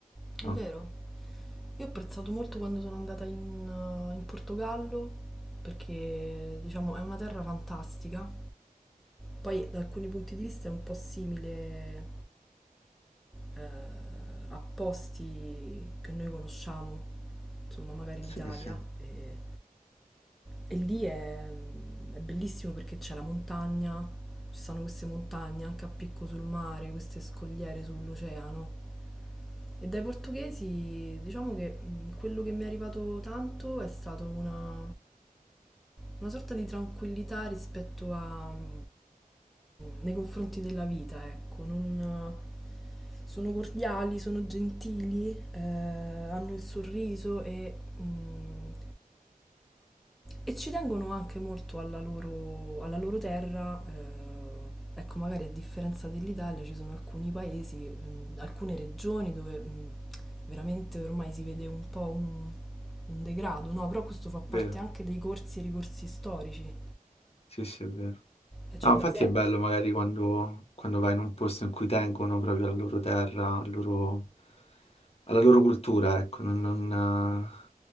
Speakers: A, in the centre; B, on the left.
A: È
B: no?
A: vero. Io ho apprezzato molto quando sono andata in, eh, in Portogallo, perché diciamo è una terra fantastica. Poi da alcuni punti di vista è un po' simile eh, a posti che noi conosciamo, insomma magari in
B: Sì,
A: Italia,
B: sì,
A: e, e lì è, è bellissimo perché c'è la montagna, ci sono queste montagne anche a picco sul mare, queste scogliere sull'oceano. E dai portoghesi diciamo che mh, quello che mi è arrivato tanto è stato una, una sorta di tranquillità rispetto a mm, nei confronti della vita, ecco, non eh, sono cordiali, sono gentili, eh, hanno il sorriso e, mm, e ci tengono anche molto alla loro, alla loro terra. eh, ecco, magari a differenza dell'Italia ci sono alcuni paesi, mm, alcune regioni dove mm, veramente ormai si vede un po' un, un degrado, no? Però questo fa parte
B: vero,
A: anche dei corsi e ricorsi storici.
B: sì, sì, è vero.
A: E c'è
B: No, infatti
A: da sempre.
B: è bello magari quando, quando vai in un posto in cui tengono proprio alla loro terra, al loro- alla loro cultura, ecco. non- non, eh.